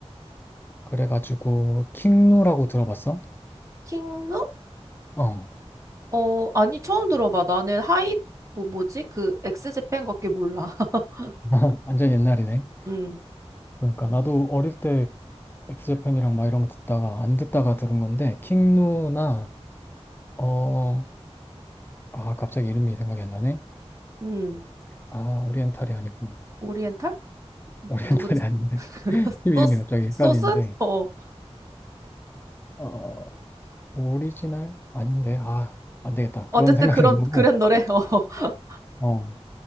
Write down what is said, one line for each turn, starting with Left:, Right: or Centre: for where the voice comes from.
Left: 그래가지고 킹누라고 들어봤어?
Right: 킹누?
Left: 어,
Right: 어, 아니, 처음 들어봐. 나는 하이, 뭐, 뭐지? 그, 엑스제팬밖에 몰라. <laughs>
Left: <laughs> 완전 옛날이네.
Right: 응,
Left: 그러니까 나도 어릴 때 엑스제팬이랑 막 이런 거 듣다가 안 듣다가 들은 건데 킹누나 어, 아, 갑자기 이름이 생각이 안 나네.
Right: 응.
Left: 아, 오리엔탈이 아니고,
Right: 오리엔탈?
Left: 오리엔탈이
Right: 뭐, 누구지?
Left: 아닌데.
Right: <laughs>
Left: <laughs> 팀
Right: 소스?
Left: 이름이 갑자기
Right: 소스?
Left: 헷갈리는데,
Right: 어. 어.
Left: 어, 오리지널? 아닌데, 아, 안 되겠다.
Right: 어쨌든
Left: 그건 생각이
Right: 그런,
Left: 안 나고,
Right: 그런 노래. <laughs>
Left: 어,